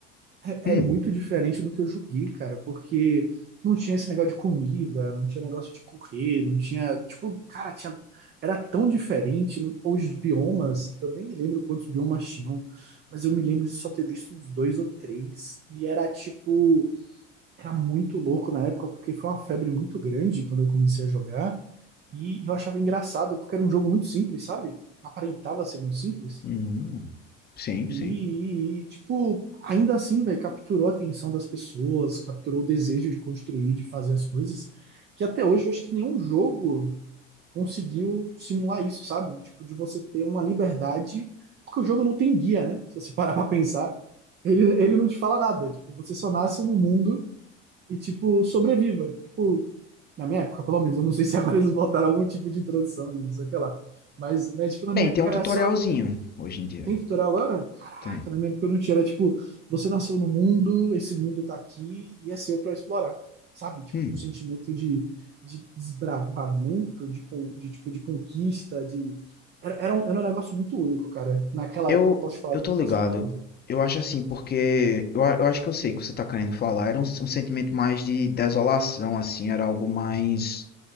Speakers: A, on the right; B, on the left.
A: É
B: Hum,
A: é muito diferente do que eu joguei, cara, porque não tinha esse negócio de comida, não tinha negócio de correr, não tinha, tipo, cara, tinha, era tão diferente. Os biomas, eu nem me lembro quantos biomas tinham, mas eu me lembro de só ter visto uns dois ou três. E era tipo, era muito louco na época, porque foi uma febre muito grande quando eu comecei a jogar. E eu achava engraçado, porque era um jogo muito simples, sabe? Aparentava ser muito simples.
B: hum. Sim,
A: E,
B: sim.
A: e, tipo, ainda assim, velho, capturou a atenção das pessoas, capturou o desejo de construir, de fazer as coisas, que até hoje eu acho que nenhum jogo conseguiu simular isso, sabe? Tipo, de você ter uma liberdade, porque o jogo não tem guia, né? Se você parar pra pensar, ele, ele não te fala nada. Tipo, você só nasce no mundo e, tipo, sobreviva. Tipo, na minha época, pelo menos, eu não sei se agora eles botaram algum tipo de introdução, não sei o que lá. Mas, mas tipo, na
B: Bem,
A: minha época
B: tem um
A: era
B: tutorialzinho
A: só.
B: hoje em dia.
A: Tem tutorial agora? Caraca,
B: Tem.
A: na minha época eu não tinha. Era tipo, você nasceu no mundo, esse mundo tá aqui e é seu pra explorar. Sabe? Tipo,
B: Hum.
A: um sentimento de, de desbravamento, de, con- de, tipo, de conquista, de... Era, era um, era um negócio muito único, cara. Naquela
B: Eu,
A: época eu posso te falar
B: eu
A: que
B: tô
A: era um
B: ligado.
A: negócio muito único.
B: Eu acho assim, porque eu, a- eu acho que eu sei o que você tá querendo falar. Era um, s- um sentimento mais de desolação, assim, era algo mais,